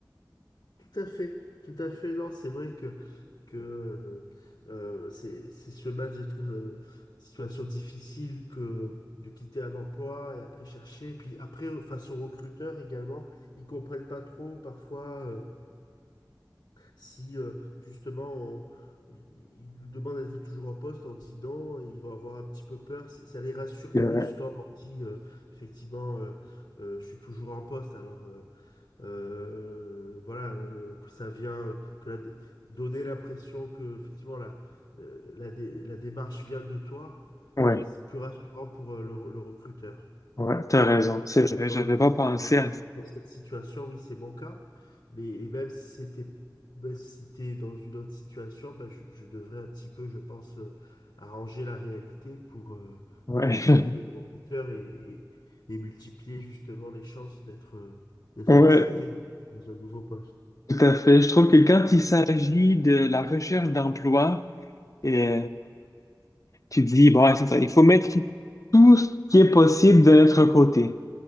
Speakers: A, on the left (about 80°); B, on the left (about 45°).
A: Tout à fait, tout à fait. Non, c'est vrai que, que euh, euh, c'est c'est ce match, je trouve, euh, situation difficile que de quitter un emploi et après chercher. Et puis après, euh, face aux recruteurs également, ils comprennent pas trop parfois euh, si euh, justement on- ils nous demandent êtes-vous toujours en poste? On dit non, et ils vont avoir un petit peu peur. C'est- Ça les rassure
B: Euh,
A: plus quand on dit euh, effectivement euh, euh, je suis toujours en poste. Alors. euh, euh, voilà, euh, que ça vient, euh, que la dé- donner l'impression que effectivement la, euh, la, dé- la démarche vient de toi,
B: ouais,
A: euh, c'est plus rassurant pour euh, le, le recruteur.
B: ouais, t'as raison, c'est vrai. J'avais j'avais
A: Dans, le-
B: pas
A: dans
B: pensé
A: la-
B: à...
A: dans cette situation, oui, c'est mon cas. Mais et même si c'était même si c'était dans une autre situation, bah, je, je devrais un petit peu, je pense, euh, arranger la réalité pour, euh,
B: Ouais,
A: pour assurer
B: <laughs>
A: les recruteurs et, et, et multiplier justement les chances d'être euh, d'être
B: ouais,
A: accepté dans, dans un nouveau poste.
B: Tout à fait. Je trouve que quand il s'agit de la recherche d'emploi, et tu te dis, bon, ouais, c'est ça, il faut mettre tout ce qui est possible de notre côté,